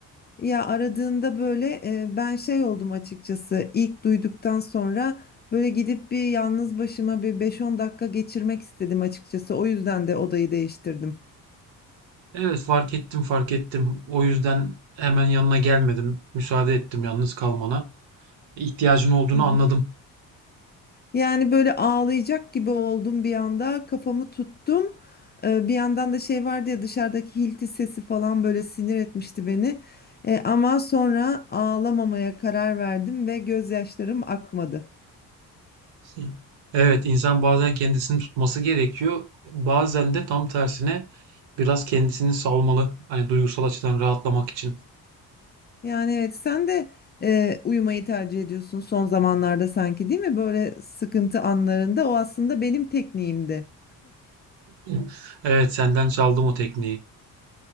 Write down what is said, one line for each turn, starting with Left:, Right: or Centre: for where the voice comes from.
Left: Ya aradığında böyle e, ben şey oldum açıkçası ilk duyduktan sonra böyle gidip bir yalnız başıma bir beş on dakika geçirmek istedim açıkçası. O yüzden de odayı değiştirdim.
Right: Evet fark ettim fark ettim. O yüzden hemen yanına gelmedim. Müsaade ettim yalnız kalmana. İhtiyacın olduğunu
Left: Aha.
Right: anladım.
Left: Yani böyle ağlayacak gibi oldum bir anda kafamı tuttum. Ee, bir yandan da şey vardı ya dışarıdaki hilti sesi falan böyle sinir etmişti beni. Ee, ama sonra ağlamamaya karar verdim ve gözyaşlarım akmadı.
Right: <laughs> Evet insan bazen kendisini tutması gerekiyor. Bazen de tam tersine biraz kendisini salmalı. Hani duygusal açıdan rahatlamak için.
Left: Yani evet sen de e, uyumayı tercih ediyorsun son zamanlarda sanki değil mi? Böyle sıkıntı anlarında o aslında benim tekniğimdi.
Right: <laughs> Evet senden çaldım o tekniği.